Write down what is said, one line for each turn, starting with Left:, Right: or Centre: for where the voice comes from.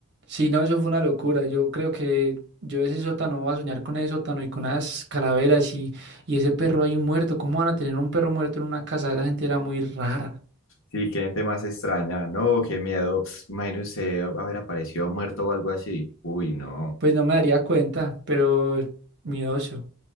Right: Sí, no, eso fue una locura. Yo creo que yo ese sótano voy a soñar con ese sótano y con esas calaveras y, y ese perro ahí muerto. ¿Cómo van a tener un perro muerto en una casa? Esa gente era muy rara.
Left: Sí, qué gente más extraña. No, qué miedo. Pss, Imagínese usted haber aparecido muerto o algo así. Uy, no,
Right: Pues no me daría cuenta, pero miedoso.